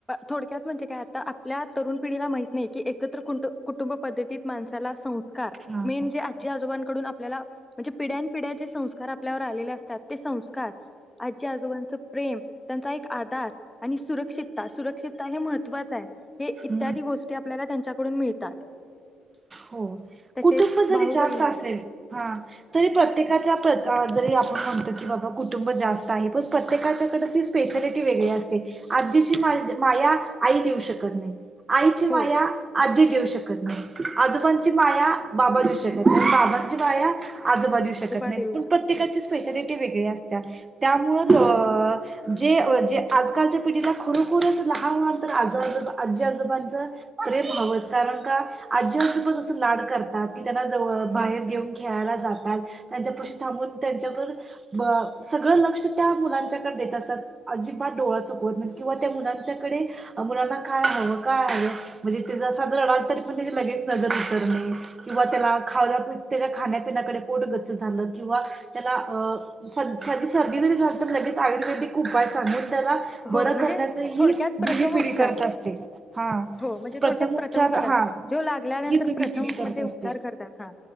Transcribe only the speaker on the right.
हा
हा
हम्म.
हो.
कुटुंब जरी
जास्त
असेल हा, तरी प्रत्येकाच्या जरी आपण म्हणतो की बाबा कुटुंब जास्त आहे. पण प्रत्येकाच्याकडे ती स्पेशालिटी वेगळी असते. आजीशी मा माया आई देऊ शकत नाही. आईची माया
आजी देऊ शकत नाही. आजोबांची माया बाबा देऊ शकत नाहीत. बाबांची माया आजोबा देऊ शकत नाहीत.
पण
प्रत्येकाची
स्पेशलि वेगळी असत्यां. त्यामुळं अ जे जे आजकालच्या पिढीला खरोखरचं लहान-लहान तर आजज आजी आजोबांचं प्रेम हवंच. कारण का? आजी आजोबा कसं लाड करतात, कि त्यांना जवळ, बाहेर घेऊन खेळायला जातात. त्यांच्या पशी थांबून त्यांच्या वर म सगळं लक्ष त्या मुलांच्याकडं देत असततात. अजिबात डोळा चुकवत नाईत किंवा त्या मुलांच्याकडे मुलांना काय हवं, काय हवं म्हणजे ते साधं रडालं तरी म्हणजे की लगेच नजर उतरणे किंवा त्याला खाऊला त्याच्या खाण्या पिण्याकडे, पोट गच्च झालं किंवा त्याला अ सं साधी सर्दी जरी झाली लगेच आयुर्वेदिक उपाय सांगून त्याला
बरं
करण्याचं ही
जुनी
पिढी
करत असते. हां
प्रथम
उपचार हा
खिचडी
करत
असते.